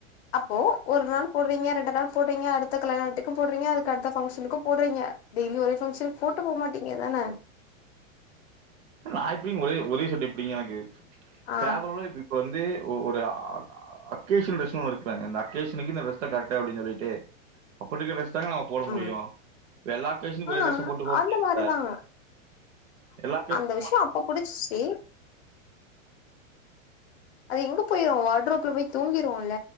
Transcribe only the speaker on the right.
நா எப்டிங் ஒரே ஒரே சட்ட எப்டிங்க எனக்கு
சேபல்லெபி வந்து ஒரு அக்கேஷன் இருக்காங்க இந்த அக்கேஷனுக்கு கரெக்ட அப்பனு சொல்லிட்டு அப்ப ந போட
முடியும் எல்லா பெசன்ட்
ஒரே ட்ரெஸ் போட்டு போக
முடியும்
எல்லா பெசன்ட்